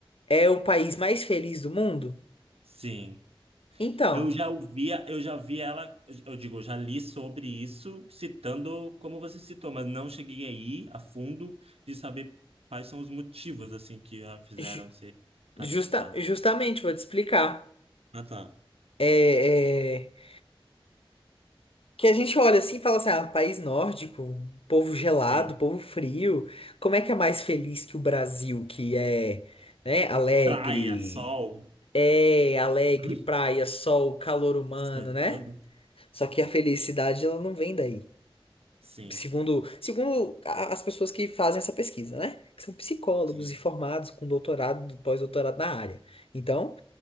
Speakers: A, on the left; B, on the right.
A: é o país mais feliz do mundo?
B: Sim.
A: Então,
B: Eu já ouvia, eu já vi ela, eu digo, eu já li sobre isso, citando como você citou, mas não cheguei aí a fundo de saber quais são os motivos assim que a fizeram
A: ju-
B: ser classificada.
A: justa- justamente, vou te explicar.
B: Ah, tá.
A: É. é, Que a gente olha assim e fala assim, ah, país nórdico, povo gelado,
B: Sim.
A: povo frio, como é que é mais feliz que o Brasil, que é, né, alegre,
B: Praia, sol.
A: é alegre,
B: <laughs>
A: praia, sol, calor humano,
B: samba.
A: né? Só que a felicidade, ela não vem daí.
B: Sim,
A: Segundo, segundo a- as pessoas que fazem essa pesquisa, né? Que são psicólogos
B: sim,
A: e formados com doutorado, pós-doutorado na área. Então,